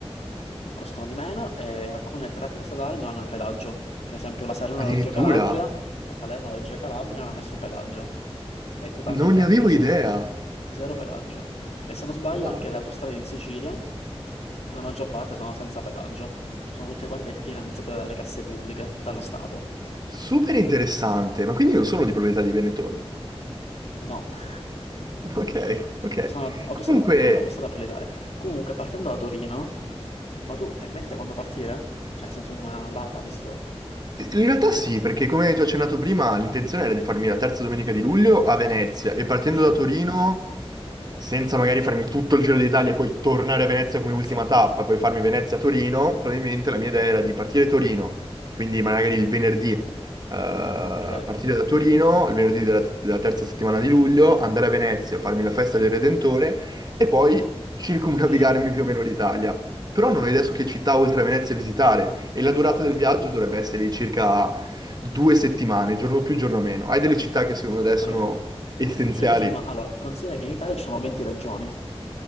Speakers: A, on the left (about 85°); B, on the right (about 40°).
A: costano di meno e alcune tratte stradali non hanno il pedaggio. Per esempio la Salerno-Reggio
B: Addirittura,
A: Calabria, la Salerno-Reggio Calabria non ha nessun pedaggio, è totalmente
B: non ne
A: accesa,
B: avevo idea.
A: zero pedaggio. E se non sbaglio
B: Wow,
A: anche le autostrade in Sicilia, la maggior parte sono senza pedaggio, sono tutte quante finanziate dalle casse pubbliche, dallo Stato.
B: super interessante, ma quindi non sono di proprietà di Benetton. <laughs>
A: No, <laughs>
B: Ok, ok.
A: sono autostrada,
B: Comunque,
A: qualcuna autostrada per l'Italia. Comunque, partendo da Torino, ma tu hai in mente quando partire? Cioè, nel senso una data, visto...
B: In realtà sì, perché come ti ho accennato prima, l'intenzione era di farmi la terza domenica di luglio a Venezia e partendo
A: Mhm.
B: da Torino, senza magari farmi tutto il Giro d'Italia e poi tornare a Venezia come
A: Venezia.
B: ultima tappa e poi farmi Venezia-Torino, probabilmente la mia idea era di partire a Torino, quindi magari il venerdì, eh, partire
A: Ok,
B: da Torino, il venerdì della, della terza settimana di luglio, andare a Venezia, farmi la festa del Redentore e poi circumnavigarmi
A: Shen,
B: più o meno l'Italia. Però non ho idea su che città oltre a Venezia visitare e la
A: esatto.
B: durata del viaggio dovrebbe essere di circa due settimane, giorno più, giorno meno. Hai delle città che secondo te
A: Allora,
B: sono essenziali
A: due settimane. Allora, considera che in Italia ci sono 20 regioni.